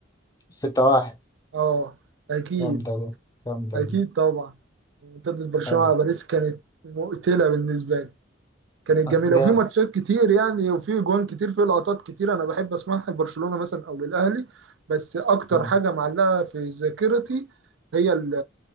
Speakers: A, on the left; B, on the right.
A: ستة واحد
B: اه اكيد
A: جامدة دي جامدة
B: اكيد
A: دي
B: طبعا ريمونتادا برشلونه
A: حلو
B: على باريس كانت مقتله بالنسبه لي كانت
A: لا،
B: جميله
A: جامد
B: وفي ماتشات كتير يعني وفي جوان كتير في لقطات كتير انا بحب اسمعها لبرشلونه مثلا او للاهلي بس اكتر
A: آه.
B: حاجه معلقه في ذاكرتي هي ال-